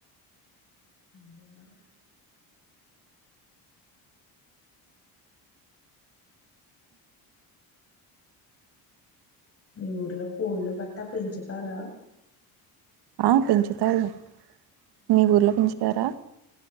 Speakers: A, on the left; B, on the right.
A: అంతే మరి మీ ఊర్లో కోళ్ళు గట్టా పెంచుతారా
B: ఆ పెంచుతారు మీ ఊర్లో పెంచుతారా